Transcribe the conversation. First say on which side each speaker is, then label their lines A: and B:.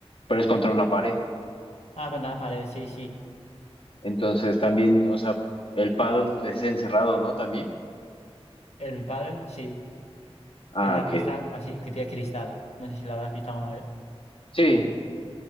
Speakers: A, on the left; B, on the left.
A: pero es contra una pared.
B: Ah, contra la pared, sí, sí.
A: Entonces también, o sea, el paddle es encerrado, ¿no? También.
B: El pádel, sí.
A: Ah,
B: En una
A: ok.
B: pista así, que tiene cristal. No sé si la habrás visto alguna vez.
A: Sí,